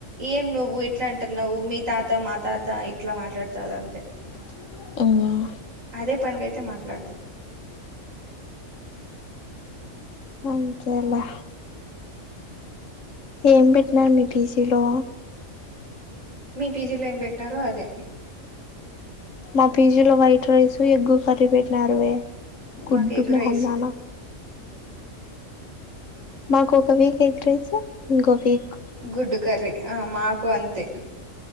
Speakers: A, on the right (about 80°); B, on the left (about 70°).
A: ఏం నువ్వు ఇట్లా అంటన్నావ్వు మీ తాత మా తాత ఇట్లా మాట్లాడుతాద అంతే
B: <unintelligible> ఉమ్
A: అదే పనిగా అయితే మాట్లాడదు
B: అంతేలె ఏ పెట్టినారు మీ పీజీలో
A: మీ పీజీలో ఏం పెట్టినారో అదే
B: మా పిజీ లో వైట్ రైస్ ఎగ్గు కర్రీ పెట్టినారు వే గుడ్డు
A: మాకు ఎగ్
B: మొహందానా
A: రైస్
B: మాకు ఒక వీక్ ఎగ్ రైస్ ఇంకో వీక్
A: గుడ్డు కర్రీ ఆ మాకు అంతే